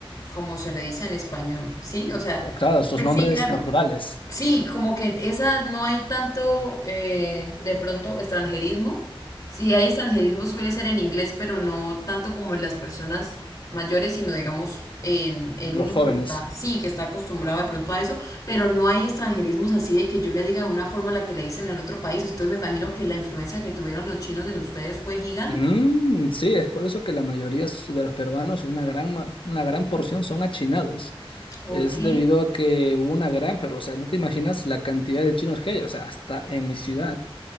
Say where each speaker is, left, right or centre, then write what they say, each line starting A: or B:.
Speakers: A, on the left; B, on the left.
A: como se le dice en español, ¿sí? O sea,
B: claro, sus
A: pues
B: nombres
A: sí, claro,
B: naturales,
A: Sí, como que en esa no hay tanto eh, de pronto extranjerismo. Si hay extranjerismo suele ser en inglés, pero no tanto como en las personas mayores, sino digamos en, en
B: los
A: uno
B: jóvenes.
A: que está, sí, que está acostumbrado de pronto a eso, pero no hay extranjerismos así de que yo le diga de una forma la que le dicen en otro país. Entonces me imagino que la influencia que tuvieron los chinos en ustedes fue gigante.
B: Mm, sí, es por eso que la mayoría s- de los peruanos, una gran, ma- una gran porción son achinados.
A: Ok,
B: Es debido a que hubo una gran, pero o sea, no te imaginas la cantidad de chinos que hay. O sea, hasta en mi ciudad,